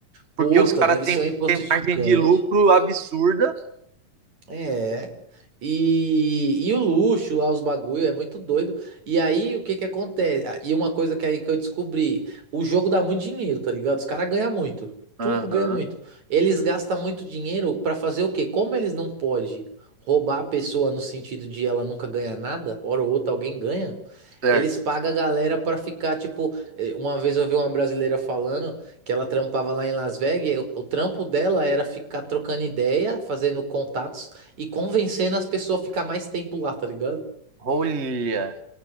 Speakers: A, on the right; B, on the right.
A: Puta,
B: porque os caras
A: deve
B: têm
A: ser um imposto
B: têm
A: gigante.
B: margem de lucro absurda.
A: É. E, e o luxo lá, os bagulho, é muito doido. E aí, o que que acontece? Ah, E uma coisa que aí que eu descobri, o jogo dá muito dinheiro, tá ligado? Os caras ganham muito. Tudo
B: Aham,
A: ganha muito. Eles gastam muito dinheiro pra fazer o quê? Como eles não podem roubar a pessoa no sentido de ela nunca ganhar nada, hora ou outra alguém ganha,
B: certo.
A: eles pagam a galera pra ficar, tipo, eh, uma vez eu vi uma brasileira falando que ela trampava lá em Las Vegas, e o o trampo dela era ficar trocando ideia, fazendo contatos e convencendo as pessoas a ficar mais tempo lá, tá ligado?
B: Olha.